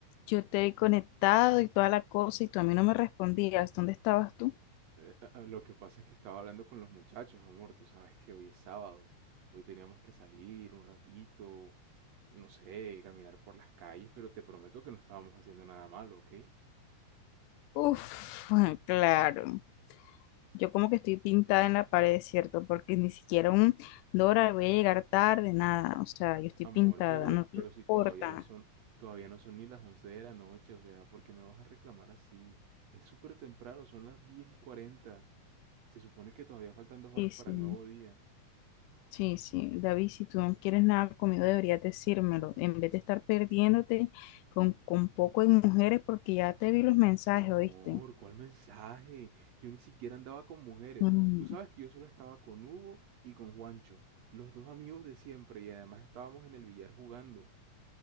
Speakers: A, on the left; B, on the right.
A: yo te he conectado y toda la cosa y tú a mí no me respondías. ¿Dónde estabas tú?
B: Eh, ah, ah, lo que pasa es que estaba hablando con los muchachos, amor. Tú sabes que hoy es sábado. Hoy teníamos que salir un ratito, no sé, caminar por las calles, pero te prometo que no estábamos haciendo nada malo, ¿ok?
A: Uf, <laughs> claro. Yo como que estoy pintada en la pared, ¿cierto? Porque ni siquiera un Dora, voy a llegar tarde, nada. O sea, yo estoy
B: Amor,
A: pintada,
B: pero,
A: no te
B: pero
A: importa.
B: si todavía no son, todavía no son ni las 11 de la noche, o sea, ¿por qué me vas a reclamar así? Es súper temprano, son las 10 y 40. Se supone que todavía faltan dos horas
A: Sí, sí.
B: para el nuevo día.
A: Sí, sí, David, si tú no quieres nada conmigo, deberías decírmelo, en vez de estar perdiéndote con, con poco de mujeres, porque ya te vi los mensajes,
B: Amor,
A: ¿oíste?
B: ¿cuál mensaje? Yo ni siquiera andaba con mujeres.
A: Mm,
B: Tú sabes que yo solo estaba con Hugo y con Juancho, los dos amigos de siempre, y además estábamos en el billar jugando.